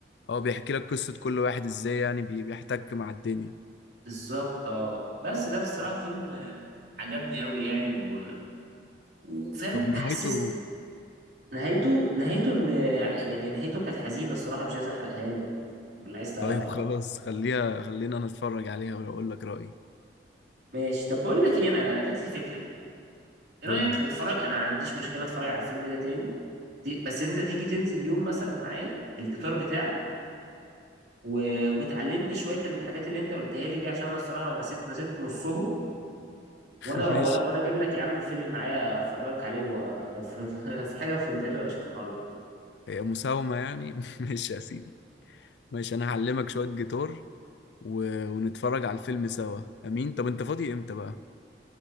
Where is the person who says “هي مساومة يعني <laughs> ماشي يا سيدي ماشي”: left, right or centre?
Left